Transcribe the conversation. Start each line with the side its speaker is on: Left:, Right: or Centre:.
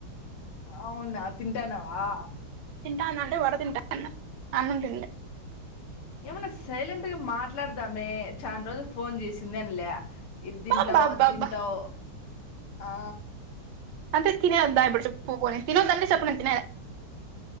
Left: అవునా తింటానవా
Right: తింట నంటే వడక్ తింట అన్న అన్నం తిన్లే
Left: ఏమన్నా సైలెంట్ గా మాట్లాడదామే చాన్ రోజులు ఫోన్ చేసింది అనిలే ఇ తింటావు
Right: అబ్బా అబ్బా
Left: అది తింటావు
Right: అబ్బా
Left: ఆ
Right: అంటే తినే యద్దా చిప్పుడు పోనే తినొద్దు అంటే చేప్పు నాకు తినయనే